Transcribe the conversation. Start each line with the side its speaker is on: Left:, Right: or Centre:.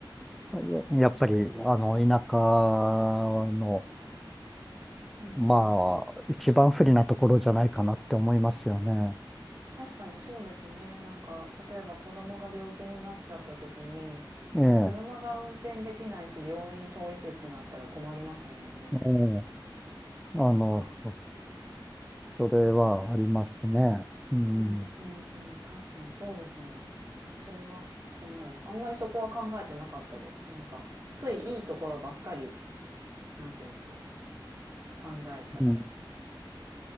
Centre: <laughs> やっぱり、あの、田舎の、
Right: うんうん。
Centre: まあ、一番不利なところじゃないかなって思いますよね。
Right: 確かにそうですね。なんか、例えば子供が病気になっちゃった時に、
Centre: ええ、
Right: 車が運転できないし、病院遠いしってなったら困りますもんね。
Centre: ええ、
Right: そっか。
Centre: あの、そ、<laughs> それはありますね。うん、
Right: うんうんうん。確かにそうですね。それは困る。あんまりそこは考えてなかったです。なんか、ついいいところばっかり、なんていうんですかね。考えちゃってました。
Centre: うん、